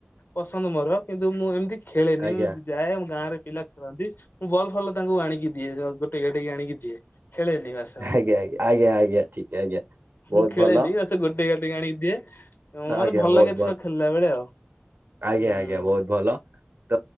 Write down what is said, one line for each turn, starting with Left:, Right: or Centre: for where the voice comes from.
Left: ପସନ୍ଦ ମୋର କିନ୍ତୁ ମୁଁ ଏମିତି ଖେଳେନି
Right: ଆଜ୍ଞା
Left: ଯାଏ ମୁଁ ଗାଁରେ ପିଲା ଖେଳନ୍ତି ମୁଁ ବଲ ଫଲ୍ ତାଙ୍କୁ ଆଣିକି <unintelligible> ଟିକେ ଟିକେ ଆଣିକି ଦିଏ ଖେଳେନି ମାସେ ମୁଁ
Right: ଆଜ୍ଞା ଆଜ୍ଞା ଆଜ୍ଞା ଆଜ୍ଞା ଠିକ ଆଜ୍ଞା। ବହୁତ
Left: ମୁଁ ଖେଳେନି
Right: ଭଲ
Left: ବାସ ଗୋଟେଇ ଗାଟେଇ ଆଣିକି ଦିଏ ମାନେ
Right: ଆଜ୍ଞା
Left: ଭଲ
Right: ବହୁତ
Left: ଲାଗେ ଛୁଆ ଖେଳିଲା ବେଳେ ଆଉ।
Right: ଆଜ୍ଞା
Left: ହୁଁ
Right: ଆଜ୍ଞା ବହୁତ ଭଲ। ତ